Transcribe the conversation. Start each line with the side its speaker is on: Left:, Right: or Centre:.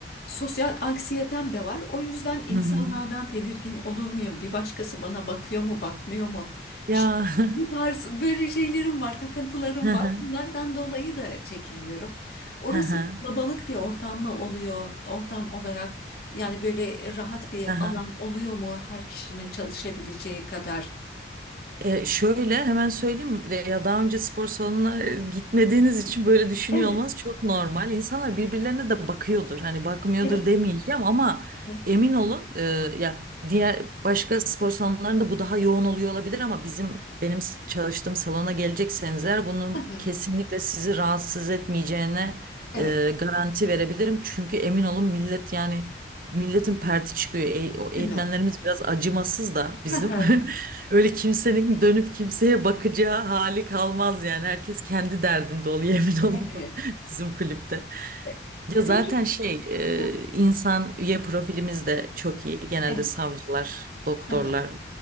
Left: sosyal anksiyetem de var. O yüzden insanlardan
Right: hı hı.
Left: tedirgin olur muyum? Bir başkası bana bakıyor mu, bakmıyor mu?
Right: Ya.
Left: İşte
Right: <laughs>
Left: bu tarz böyle şeylerim var, takıntılarım
Right: Hı
Left: var.
Right: hı
Left: Bunlardan dolayı da çekiniyorum. Orası
Right: hı hı.
Left: kalabalık bir ortam mı oluyor, ortam olarak? Yani böyle rahat bir
Right: hı hı.
Left: alan oluyor mu her kişinin çalışabileceği kadar?
Right: E, şöyle hemen söyleyeyim E, ya daha önce spor salonuna e, gitmediğiniz için böyle düşünüyor
Left: Evet,
Right: olmanız çok normal. İnsanlar birbirlerine de bakıyordur. Hani bakmıyordur
Left: evet.
Right: demeyeceğim ama
Left: Hı
Right: emin olun e, ya diğer başka spor salonlarında bu daha yoğun oluyor olabilir ama bizim benim s- çalıştığım salona gelecekseniz eğer bunun
Left: hı,
Right: kesinlikle sizi rahatsız etmeyeceğine
Left: Evet,
Right: e, garanti verebilirim. Çünkü emin olun millet yani milletin perti çıkıyor. E- o eğitmenlerimiz
Left: değil mi?
Right: biraz acımasız da bizim.
Left: Hı hı,
Right: <laughs> Öyle kimsenin dönüp kimseye bakacağı hali kalmaz yani. Herkes kendi derdinde oluyor emin olun
Left: Evet.
Right: <laughs> bizim kulüpte.
Left: E,
Right: Ya zaten
Left: Peki.
Right: şey e,
Left: Hı,
Right: insan üye profilimiz de çok iyi. Genelde
Left: Evet.
Right: savcılar, doktorlar
Left: Hı hı,